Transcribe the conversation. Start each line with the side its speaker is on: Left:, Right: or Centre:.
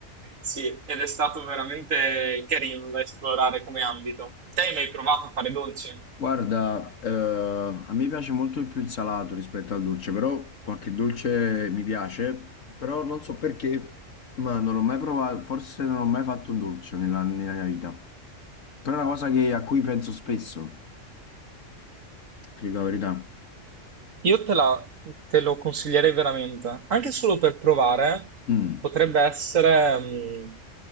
Right: Sì, ed è stato veramente carino da esplorare come ambito. Te hai mai provato a fare dolce?
Left: Guarda, eh, a me piace molto di più il salato rispetto al dolce, però qualche dolce mi piace, però non so perché, ma non l'ho mai provato, forse non ho mai fatto un dolce nella, nella mia vita. Però è una cosa che- a cui penso spesso, ti dico la verità.
Right: Io te la- te lo consiglierei veramente, anche solo per provare,
Left: Mm.
Right: potrebbe essere